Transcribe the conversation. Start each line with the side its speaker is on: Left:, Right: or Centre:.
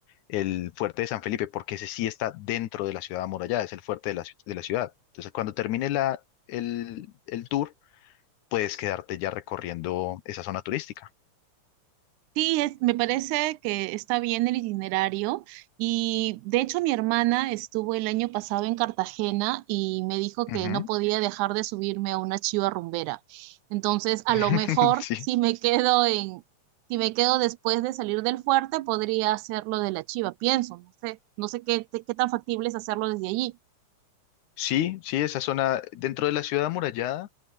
Left: el Fuerte de San Felipe, porque ese sí está dentro de la ciudad amurallada, es el fuerte de la, ci- de la ciudad. Entonces, cuando termine la, el, el tour, puedes quedarte ya recorriendo esa zona turística.
Right: Sí, es, me parece que está bien el itinerario y de hecho mi hermana estuvo el año pasado en Cartagena y me dijo
Left: Ujú.
Right: que no podía dejar de subirme a una chiva rumbera. Entonces, a
Left: <laughs>
Right: lo mejor
Left: Sí.
Right: si me quedo en, si me quedo después de salir del fuerte, podría hacerlo de la chiva, pienso, no sé, no sé qué, qué tan factible es hacerlo desde allí.
Left: Sí, sí, esa zona dentro de la ciudad amurallada